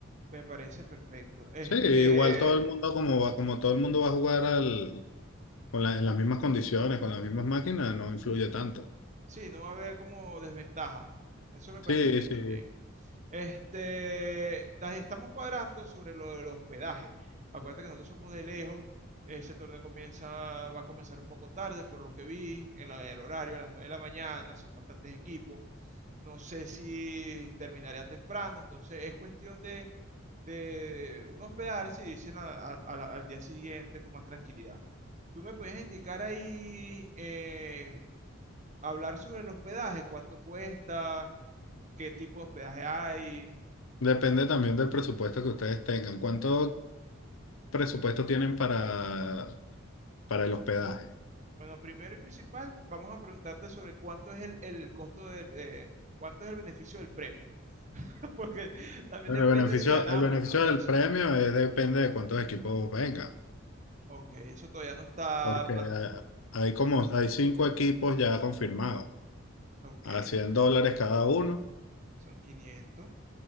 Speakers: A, on the right; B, on the left.
A: Me parece perfecto. Este,
B: Sí, igual todo el mundo como va, como todo el mundo va a jugar al, con la- en las mismas condiciones, con las mismas máquinas, no influye tanto.
A: sí, no va a haber como desventaja. Eso me parece
B: Sí,
A: bien
B: sí.
A: también. Este, las estamos cuadrando sobre lo del hospedaje. Acuérdate que nosotros somos de lejos. Ese torneo comienza, va a comenzar un poco tarde, por lo que vi, en la del horario, a las 9 de la mañana, son bastantes equipos. No sé si terminaría temprano, entonces es cuestión de, de uno hospedarse y dicen a- a- a la- al día siguiente con más tranquilidad. ¿Tú me puedes indicar ahí, eh, hablar sobre el hospedaje, cuánto cuesta, qué tipo de hospedaje hay?
B: Depende también del presupuesto que ustedes tengan. ¿Cuánto presupuesto tienen para, para el hospedaje?
A: Bueno, primero y principal, vamos a preguntarte sobre cuánto es el, el costo del, eh, cuánto es el beneficio del premio, <laughs> porque también
B: Bueno,
A: depende
B: el beneficio,
A: si ganamos
B: el beneficio
A: y todo
B: del
A: eso.
B: premio
A: pues.
B: es, depende de cuántos equipos vengan,
A: Ok, eso todavía no está
B: porque
A: plan...
B: hay como hay cinco equipos ya confirmados,
A: Ok,
B: a 100
A: 5
B: dólares
A: equipos,
B: cada uno,
A: son 500.